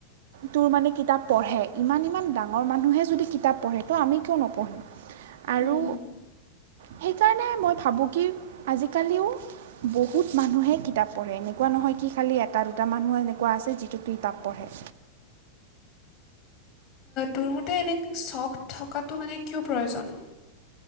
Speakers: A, on the right; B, on the left.
A: তোৰ মানে কিতাপ পঢ়ে ইমান ইমান ডাঙৰ মানুহে যদি কিতাপ পঢ়ে তো আমি কিয় নপঢ়িম আৰু।
B: উম হুম।
A: সেইকাৰণে মই ভাবোঁ কি আজিকালিও বহুত মানুহে কিতাপ পঢ়ে এনেকুৱা নহয় কি খালি এটা দুটা মানুহো এনেকুৱা আছে যিটো কিতাপ পঢ়ে।
B: তোৰ মতে এনে চখ থকাটো মানে কিয় প্ৰয়োজন।